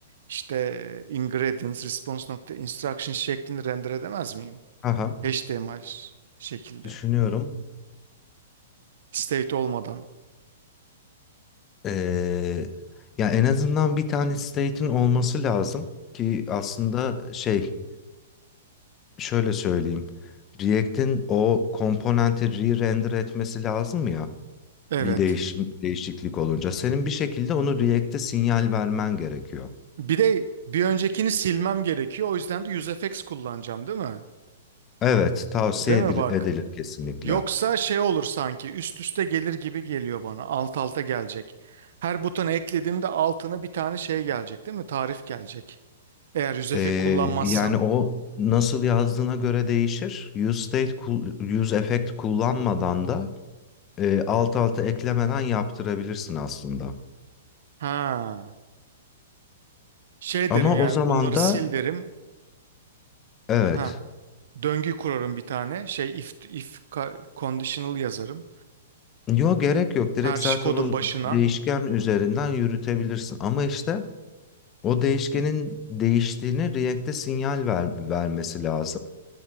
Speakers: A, on the right; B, on the left.
A: işte ingredients, response nokta instruction şeklinde render edemez miyim?
B: Haha.
A: HTML şekilde.
B: Düşünüyorum.
A: State olmadan.
B: Ee, ya en azından bir tane state'in olması lazım ki aslında şey şöyle söyleyeyim. React'in o komponenti re-render etmesi lazım ya
A: Evet.
B: bir değiş değişiklik olunca. Senin bir şekilde onu React'e sinyal vermen gerekiyor.
A: Bir de bir öncekini silmem gerekiyor. O yüzden de UseEffects kullanacağım değil mi?
B: Evet, tavsiye
A: Değil
B: edil-
A: mi bak?
B: edilir kesinlikle.
A: Yoksa şey olur sanki üst üste gelir gibi geliyor bana. Alt alta gelecek. Her butona eklediğimde altına bir tane şey gelecek değil mi? Tarif gelecek. Eğer yüzefe
B: Ee,
A: kullanmazsam.
B: yani o nasıl yazdığına göre değişir. Use state, kul- use effect kullanmadan da e, alt alta eklemeden yaptırabilirsin aslında.
A: Ha. Şey
B: Ama
A: derim yani
B: o zaman
A: bunları
B: da
A: sil derim.
B: evet.
A: Ha. Döngü kurarım bir tane. Şey if if ka- conditional yazarım.
B: Yo gerek yok. Direkt
A: Her şey
B: zaten
A: kodun
B: o
A: başına.
B: değişken üzerinden yürütebilirsin. Ama işte o değişkenin değiştiğini React'e sinyal ver- vermesi lazım.